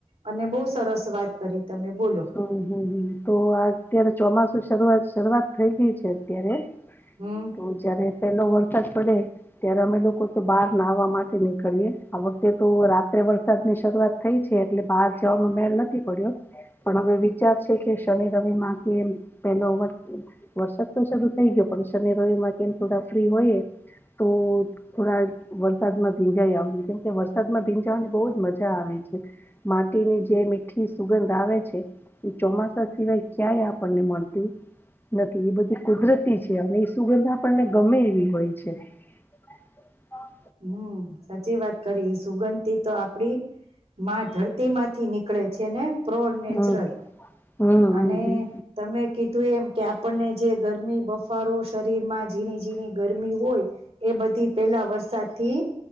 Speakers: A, on the right; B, on the left.
A: અને બહુ સરસ વાત કરી. તમે બોલો
B: હમ્મ હમ્મ હમ્મ તો આ અત્યારે ચોમાસું શરૂઆત શરૂઆત થઈ ગઈ છે અત્યારે.
A: હમ
B: તો જયારે પેલો વરસાદ પડે ત્યારે અમે લોકો તો બહાર નાહવા માટે નીકળીએ આ વખતે તો રાત્રે વરસાદ ની શરૂ વાત થઈ છે એટલે બહાર જવાનો મેળ નથી પડ્યો. પણ હવે વિચાર છે કે શન રવિ માંથી એ પેલો વરસાદ તો શરૂ થઈ ગયો પણ શનિ રવિ માં કેમ થોડા ફ્રી હોય તો થોડાક વરસાદમાં ભીંજાઈ આવ કેમકે વરસાદમાં ભીંજાવાની બહુ જ મજા આવે. માટીની જે મીઠી સુગંધ આવે છે. ઈ ચોમાસા સિવાય ક્યાંય આપણને મળતી નથી એ બધી કુદરતી છે અને એ સુગંધા આપણને ગમે એવી હોય છે. <unintelligible>
A: હમ્મ સાચી વાત કરી સુગંધી તો આપડી માં ધરતી માંથી નીકળે છે ને. પ્રો નેચરલ
B: હમ હમ
A: અને તમે કીધું એમ કે આપણને જે ગરમી બફારો શરીરમાં ઝીણી ઝીણી ગરમી હોય એ બધી પહેલા વરસાદ થી